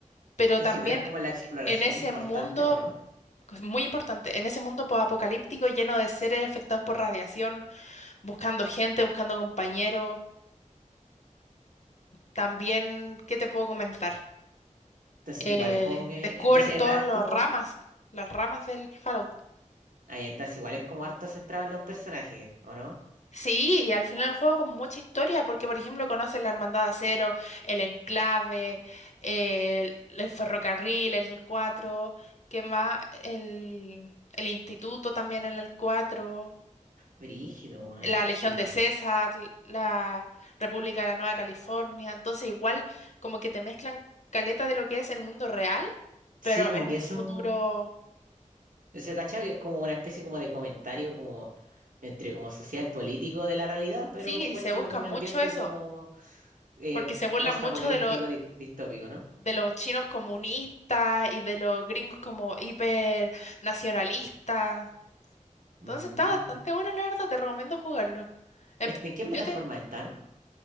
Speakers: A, on the left; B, on the right.
A: pero
B: Entonces
A: también
B: igual es como la exploración
A: en ese
B: es importante,
A: mundo,
B: ¿o no?
A: que es muy importante, en ese mundo apocalíptico lleno de seres afectados por radiación buscando gente, buscando compañeros. También, ¿qué te puedo comentar?
B: Entonces
A: Eh,
B: igual como que.
A: descubres
B: Entonces
A: todas
B: es harto.
A: las ramas, las ramas del Fallout.
B: Ahí entonces igual es como harto centrado en los personajes, ¿o no?
A: Sí, y al final el juego con mucha historia, porque por ejemplo conoces la Hermandad de Acero, el Enclave, el, el ferrocarril en el cuatro ¿qué más? El, el instituto también en el cuatro
B: Brígido, weón.
A: la Legión
B: Igual.
A: de César, la República de la Nueva California. Entonces, igual como que te mezclan caleta de lo que es el mundo real, pero
B: Sí, como
A: en
B: que
A: un
B: eso,
A: futuro
B: eso cachado que es como una especie como de comentario como entre como social político de la realidad, pero
A: sí,
B: puesto
A: se busca
B: en un
A: mucho
B: ambiente
A: eso,
B: como eh,
A: porque se burlan
B: post-apocalíptico
A: mucho de lo-
B: di- distópico, ¿no?
A: de los chinos comunistas y de los gringos como hiper nacionalistas. Entonces
B: Mm.
A: está bastante bueno, la verdad, te recomiendo jugarlo. Em,
B: Este, ¿En qué plataforma
A: yo te,
B: están?